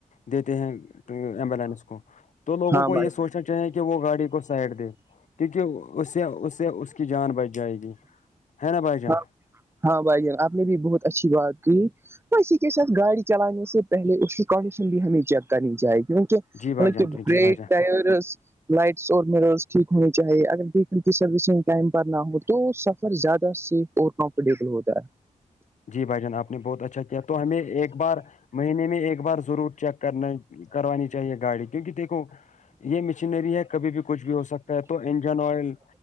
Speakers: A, on the left; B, on the right.
A: دیتے ہیں ایمبولینس کو تو لوگوں
B: ہاں
A: کو
B: بھائی
A: یہ سوچنا چاہیں کہ وہ گاڑی کو سائڈ دے کیونکہ اس سے اس سے اس کی جان بچ جائے گی ہے نا بھائی جان
B: ہاں ہاں بھائی جان آپ نے بھی بہت اچھی بات کی تو اسی کے ساتھ گاڑی چلانے سے پہلے اس کی کنڈیشن بھی ہمیں چیک کرنی چاہیے کیوں
A: جی بھائی جان
B: کہ بریک
A: جی بھائی جان
B: ٹائرز لائٹس اور مرس ٹھیک ہونی چاہیے اگر ویکل کی سروسنگ ٹائم پر نہ ہو تو سفر زیادہ ف اورل <unintelligible> ہوتا ہے
A: جی بھائی جان آپ نے بہت اچھا کیا تو ہمیں ایک بار مہینے میں ایک بار ضرور چیک کرنا کروانی چاہیے گاڑی کیونکہ دیکھو یہ مشینری ہے کبھی بھی کچھ بھی ہو سکتا ہے تو انجن آئل